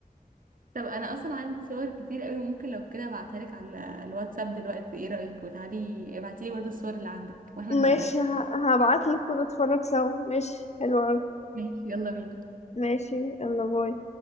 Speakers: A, on the right (about 65°); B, on the left (about 45°).
A: طب انا اصلا عندي صور كتير قوي ممكن لو كده ابعتها لك على الواتساب دلوقتي ايه رأيك وتعالي ابعتي لي برضه الصور اللي عندك واحنا في المدرسة
B: ماشي ه- هبعتلك ونتفرج سوا ماشي حلو أوي
A: ماشي يلا بينا
B: ماشي يلا باي